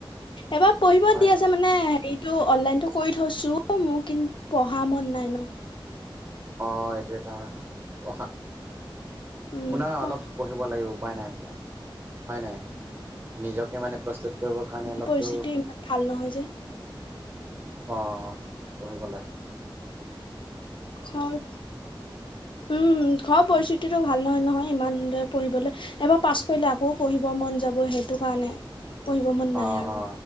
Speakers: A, on the left (about 65°); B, on the right (about 25°).
A: এবাৰ পঢ়িব
B: হয়
A: দি
B: নাই
A: আছে মানে হেৰিটো অনলাইনটো কৰি থৈছো মোক কিন্তু পঢ়া মন নাই ন'
B: অহ, এইটো এটা হয় পঢ়া
A: উম
B: মোনা
A: পঢ়া
B: অলপ পঢ়িব লাগিব। উপাই নাই এতিয়া হয় নাই নিজকে মানে প্ৰস্তুত কৰিব কাৰণে অলপতো
A: পৰিস্থিতি ইমান ভাল নহয় যে
B: অহ, পহিবলে
A: <unintelligible> পৰিস্থিতিটো ভাল নহয় -নহয় ইমানৰে পঢ়িবলৈ এবাৰ পাছ কৰিলে আকৌ পঢ়িব মন যাব সেইটো কাৰণে পঢ়িব মন
B: অহ
A: নাই
B: -
A: আৰু
B: অহ